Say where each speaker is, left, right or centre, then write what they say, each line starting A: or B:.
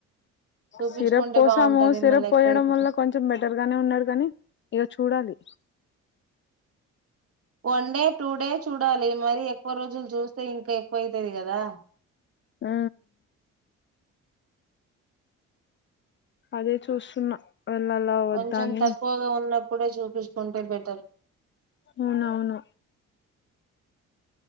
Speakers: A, on the right (about 50°); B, on the left (about 40°).
A: చూపించుకుంటే
B: సిరప్ పోసాము.
A: బాగుంటది
B: సిరప్
A: మళ్ళీ ఎక్కువ
B: పోయడం
A: అయితది
B: వల్ల కొంచెం బెటర్ గానే ఉన్నాడు, కాని ఇగ చూడాలి.
A: వన్ డే టూ డే చూడాలి. మరీ ఎక్కువ రోజులు చూస్తే ఇంకా ఎక్కువైతది. కదా
B: ఆ అదే చూస్తున్నా వెళ్ళాలా వద్దా
A: కొంచెం
B: అని
A: తక్కువగా ఉన్నప్పుడే చూపించుకుంటే బెటర్.
B: అవునవును